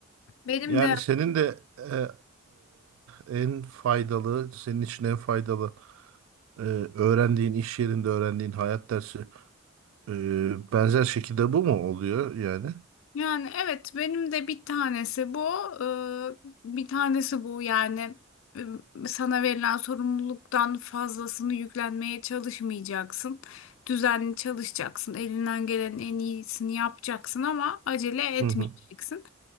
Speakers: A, on the left; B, on the right.
A: Benim
B: Yani
A: de
B: senin de e, e, en faydalı, senin için en faydalı e, öğrendiğin iş yerinde öğrendiğin hayat dersi e, benzer şekilde bu mu oluyor yani?
A: yani evet benim de bir tanesi bu Ee, bir tanesi bu yani e, sana verilen sorumluluktan fazlasını yüklenmeye çalışmayacaksın. Düzenli çalışacaksın. Elinden gelenin en iyisini yapacaksın ama acele etmeyeceksin.
B: Hı hı.